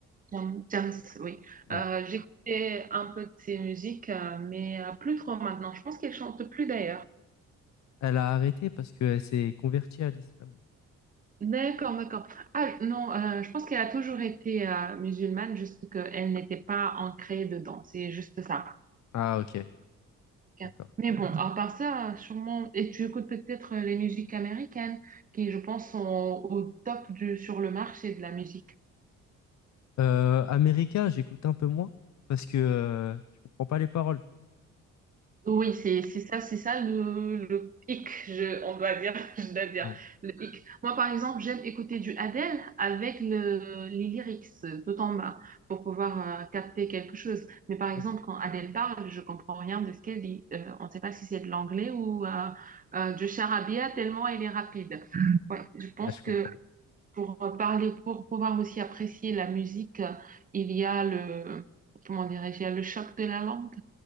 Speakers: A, on the right (about 25°); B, on the left (about 65°).
A: Jam, Jams, oui.
B: ouais.
A: Euh, j'écoutais un peu de ses musiques, euh, mais euh, plus trop maintenant. Je pense qu'elle chante plus d'ailleurs.
B: Elle a arrêté parce qu'elle s'est convertie à l'islam.
A: D'accord, d'accord. Ah non, euh, je pense qu'elle a toujours été euh, musulmane, juste qu'elle n'était pas ancrée dedans. C'est juste ça.
B: Ah ok,
A: Ok.
B: d'accord.
A: Mais bon, à part ça, sûrement, et tu écoutes peut-être les musiques américaines qui, je pense, sont au top du, sur le marché de la musique.
B: Euh, America, j'écoute un peu moins parce que euh, je comprends pas les paroles.
A: Oui, c'est c'est ça, c'est ça le, le hic, je, on doit dire, <laughs> je dois dire,
B: Ouais,
A: le hic. Moi, par exemple, j'aime écouter du Adele avec le, les lyrics tout en bas pour pouvoir euh, capter quelque chose. Mais par exemple,
B: ok,
A: quand Adele parle, je comprends rien de ce qu'elle dit. Euh, on ne sait pas si c'est de l'anglais ou euh, euh, du charabia tellement elle est rapide. <laughs> Ouais, je pense
B: Ouais, je comprends.
A: que pour parler, pour pouvoir aussi apprécier la musique, euh, il y a le, comment dirais-je, il y a le choc de la langue.